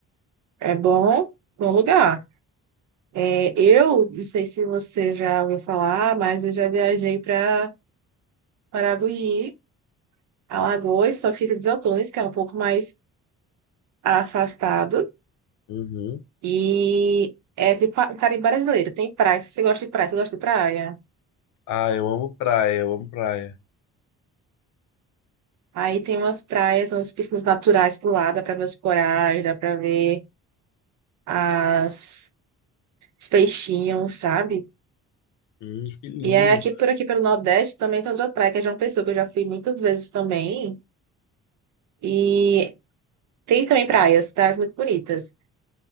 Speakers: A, on the right (about 70°); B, on the left (about 80°).
A: É bom, bom lugar. É, eu não sei se você já ouviu falar, mas eu já viajei para Maragogi, Alagoas, só que fica em Desaltões, que é um pouco mais afastado.
B: Uhum.
A: E é tipo o Caribe brasileiro. Tem praia. Se você gosta de praia, você gosta de praia.
B: Ah, eu amo praia, eu amo praia.
A: Aí tem umas praias, umas piscinas naturais por lá, dá para ver os corais, dá para ver as os peixinhos, sabe?
B: Hum, que lindo.
A: E aí aqui por aqui pelo Nordeste também tem outra praia que é João Pessoa, que eu já fui muitas vezes também. E Tem também praias, praias muito bonitas.